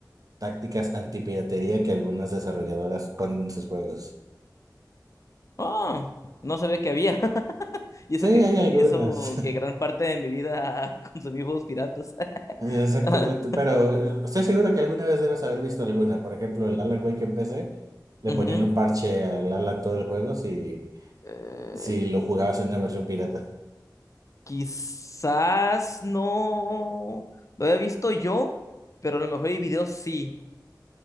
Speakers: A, on the right (about 55°); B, on the left (about 45°).
A: tácticas antipiratería que algunas desarrolladoras ponen en sus juegos.
B: Ah, no sabía que había. <laughs> Y eso
A: Sí, hay
B: que,
A: algunas.
B: y eso
A: <laughs>
B: que gran parte de mi vida <laughs> consumí juegos piratas. <laughs>
A: Exactamente,
B: Ah,
A: pero eh, estoy seguro que alguna vez debes haber visto alguna. Por ejemplo, el Alan Wake en PC, le
B: ujú.
A: ponían un parche al Alan todo el juego si,
B: Eh,
A: si lo jugabas en una versión pirata.
B: quizás no lo había visto yo, pero a lo mejor hay videos sí.